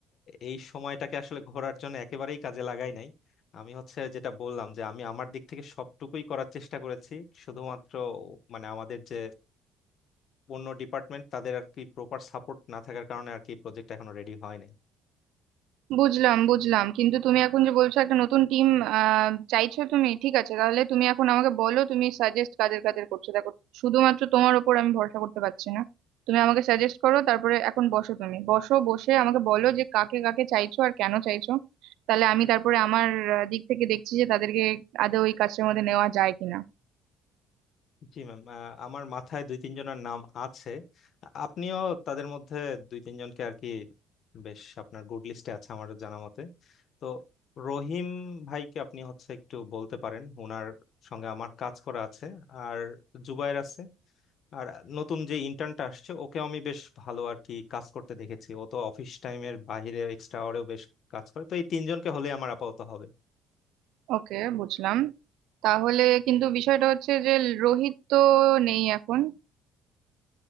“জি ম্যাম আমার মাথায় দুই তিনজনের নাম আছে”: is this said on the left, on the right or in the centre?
Left